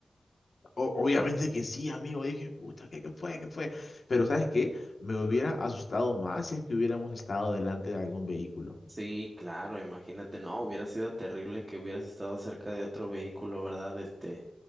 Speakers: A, on the left; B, on the right.
A: O- obviamente que sí, amigo. Dije, puta, ¿qué, qué fue? ¿Qué fue? Pero ¿sabes qué? Me hubiera asustado más si es que hubiéramos estado delante de algún vehículo.
B: Sí, claro, imagínate, no, hubiera sido terrible que hubieras estado cerca de otro vehículo, ¿verdad? Este,